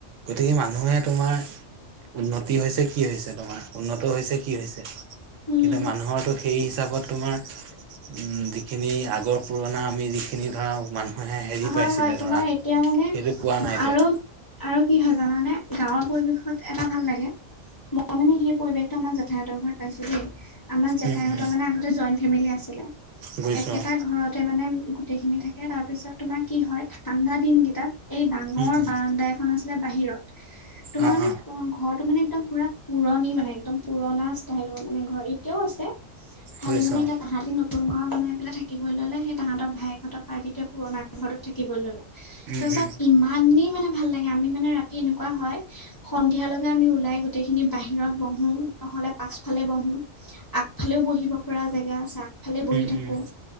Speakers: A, on the right; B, on the left.
A: গতিকে মানুহে তোমাৰ উন্নতি হৈছে কি হৈছে, তোমাৰ উন্নত হৈছে কি হৈছে।
B: উম
A: কিন্তু মানুহৰো সেই হিচাপত তোমাৰ উম যিখিনি আগৰ পুৰণা আমি যিখিনি ধৰা মানুহ, মে হেৰি
B: হয়
A: পাইছিলে
B: হয় তোমাৰ
A: ধৰা,
B: এতিয়া মানে
A: সেইটো পোৱা নাই এতিয়া।
B: আৰু আৰু কি হয় জানানে গাঁৱৰ পৰিৱেশত এটা ভাল লাগে। মই মানে সেই পৰিৱেশটো আমাৰ জেঠাইহঁতৰ ঘৰত পাইছো দেই। আমাৰ জেঠাইহঁতৰ
A: উম উম
B: মানে আগতে জইণ্ট ফেমিলি আছিলে।
A: বুজিছো
B: একেটা
A: অ
B: ঘৰতে মানে গোটেইখিনি থাকে। তাৰপিছত তোমাৰ কি হয়, ঠাণ্ডা দিন কেইটাত এই ডাঙৰ
A: উম উম
B: বাৰাণ্ডা এখন আছিলে বাহিৰত, তোমাৰ
A: অ
B: মানে
A: অ
B: ঘৰ- টো মানে একদম পুৰা পুৰণি মানে একদম পুৰণা ষ্টাইলৰ মানে ঘৰ এতিয়াও আছে। খালি
A: বুজিছো
B: মানে
A: অ
B: এতিয়া তাহাঁতি নতুন ঘৰ বনাই পেলাই থাকিবলৈ ললে, সেই তাহাঁতৰ ভাইয়েকহঁতৰ পাৰ্টিটোৱে পুৰণা থাকিবলৈ ললে।
A: উম
B: তাৰপিছত
A: উম
B: ইমানেই মানে ভাল লাগে আমি মানে ৰাতি এনেকুৱা হয়, সন্ধিয়া লগে আমি ওলাই গোটেই খিনি বাহিৰত বহো, নহ'লে পাছফালে বহো, আগফালেও বহিব পৰা জেগা আছে। আগ- ফালে বহি
A: উম
B: থাকো।
A: উম